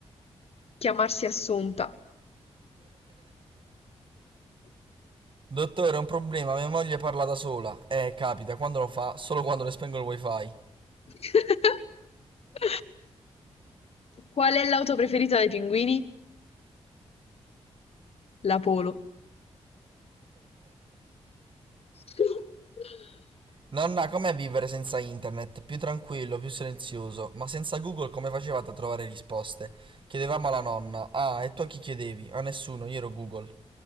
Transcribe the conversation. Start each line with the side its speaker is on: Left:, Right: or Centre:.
Left: Chiamarsi Assunta.
Right: Dottore, è un problema, mia moglie parla da sola. Eh, capita, quando lo fa, solo quando le spengo il wifi.
Left: <laughs> Qual è l'auto preferita dei pinguini? La Polo. <laughs>
Right: Nonna, com'è vivere senza internet? Più tranquillo, più silenzioso, ma senza Google come facevate a trovare risposte? Chiedevamo alla nonna. Ah, e tu a chi chiedevi? A nessuno, io ero Google.